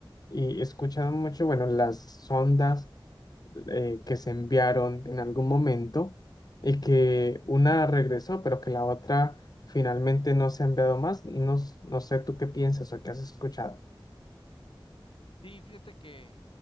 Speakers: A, on the left; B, on the left.
A: y he escuchado mucho, bueno, las sondas eh, que se enviaron en algún momento, y que una regresó, pero que la otra finalmente no se ha enviado más. No, s- no sé tú qué piensas o qué has escuchado.
B: Sí, fíjate que